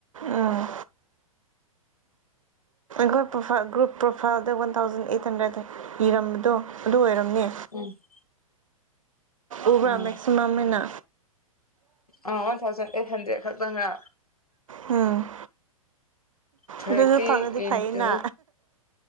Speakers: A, on the right; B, on the left.
A: ꯑꯥ ꯒ꯭ꯔꯨꯞ ꯄ꯭ꯔꯣꯐꯥꯏꯜ ꯒ꯭ꯔꯨꯞ ꯄ꯭ꯔꯣꯐꯥꯏꯜꯗ ꯋꯥꯟ ꯊꯥꯎꯖꯟ ꯑꯩꯠ ꯍꯟꯗ꯭ꯔꯦꯗ ꯏꯔꯝꯕꯗꯣ ꯑꯗꯨ ꯑꯣꯏꯔꯝꯅꯤ
B: ꯎꯝ
A: ꯎꯕ꯭ꯔꯥ
B: ꯎꯝ
A: ꯃꯦꯛꯁꯤꯃꯝ ꯑꯩꯅ
B: ꯑꯥ ꯋꯥꯟ ꯊꯥꯎꯖꯟ ꯑꯩꯠ ꯍꯟꯗ꯭ꯔꯦꯠ ꯈꯛꯇꯪꯔ
A: ꯎꯝ
B: ꯊ꯭ꯥꯔꯇꯤ
A: ꯑꯗꯨꯁꯨ ꯐꯪꯉꯗꯤ
B: ꯏꯟꯇꯨ
A: ꯐꯩꯌꯦꯅ